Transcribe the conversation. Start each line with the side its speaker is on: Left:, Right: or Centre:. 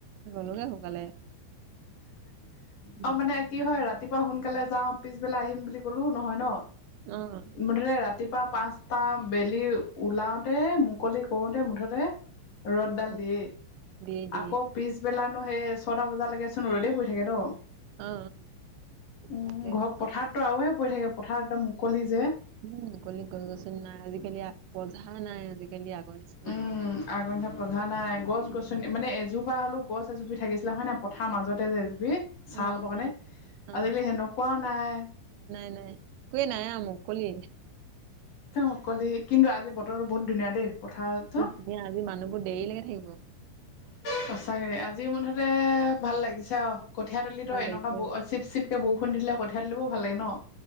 Right: গ'লোগে সোনকালে। উম।
Left: অ', মানে কি হয় ৰাতিপুৱা সোনকালে যাও, পিছবেলা আহিম বুলি কলেও নহয় ন'।
Right: অ'।
Left: মুঠতে ৰাতিপুৱা পাঁচটা বেলি ওলাওঁতে মুকলি কৰোতে মুঠতে ৰ'দডাল
Right: অ
Left: দিয়ে।
Right: দিয়ে দিয়ে
Left: আকৌ পিছবেলানো সেই ছয়টা বজালৈকে চোন ৰ'দেই পৰি থাকে ন'।
Right: অ
Left: উম,
Right: তাকে
Left: ঘ পথাৰতটো আৰুহে পৰি থাকে, পথাৰত একদম মুকলি যে।
Right: উম, মুকলি গছ গছনি নাই আজিকালি পধা নাই আজিকালি আগৰ নিচ
Left: উম, আগৰ নিচিনা পধা নাই, গছ
Right: উম।
Left: গছনি মানে এজোপা হ'লেও গছ জুপি থাকিছিলা হয় নে পথাৰ মাজতে যে এজুপি। ছা
Right: অ
Left: ল'ব কাৰণে,
Right: নাই অ
Left: আজিকালি সেনেকুৱাও নাই।
Right: নাই, নাই, একোৱে নাই আ মুকলি।
Left: মুকলি, কিন্তু আজি বতৰটো বহুত ধুনীয়া দেই, পথাৰতো
Right: এ আজি মানুহবোৰ দেৰিলৈকে থাকিব।
Left: সঁচাকে দে আজি মুঠতে ভাল লাগিছে আৰু কঠিয়াতলিটো
Right: ভাল লাগিছে
Left: এনেকুৱা ব চিপ চিপ কে বৰষুণ দিলে কঠীয়া তুলিবও ভালে ন'।